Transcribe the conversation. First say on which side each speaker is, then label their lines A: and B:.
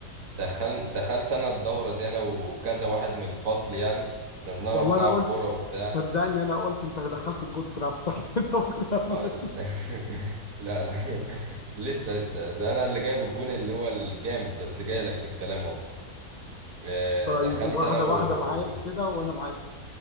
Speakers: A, on the right; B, on the left.
A: دخل دخلت انا الدورة دي انا وكذا واحد من الفصل يعني كنا بنعرف
B: والله
A: نلعب
B: انا قلت
A: كورة وبتاع
B: صدقني انا قلت انت دخلت الجول في نفسك <laughs> طب كمل
A: آه، ال- <laughs> لا لا لسه لسه ده انا اللي جايب الجون اللي هو الجامد بس جاي لك في الكلام اهو آه،
B: طيب
A: دخلت
B: واحده
A: انا و-
B: واحده معايا كده وانا معاك